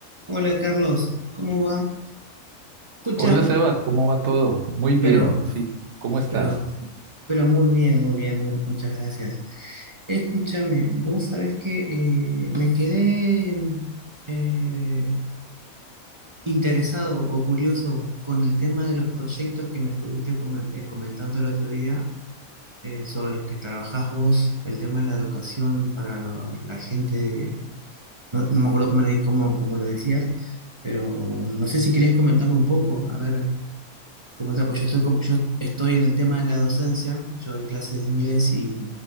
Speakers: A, on the right; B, on the right.
A: Hola Carlos, ¿cómo va? Escucha,
B: Hola Sebas, ¿cómo va todo? Muy bien,
A: pero,
B: sí, ¿cómo estás?
A: pero, pero muy bien, muy bien, muy, muchas gracias. Escúchame, vos sabés que eh, me quedé eh, interesado o curioso con el tema de los proyectos que me estuviste come- eh, comentando el otro día, eh, sobre los que trabajás vos, el tema de la educación para la, la gente, no, no me acuerdo cómo, le- cómo, cómo lo decías, pero no sé si querés comentarme un poco, a ver. Como tal, pues yo estoy, com- yo estoy en el tema de la docencia, yo doy clases de inglés y,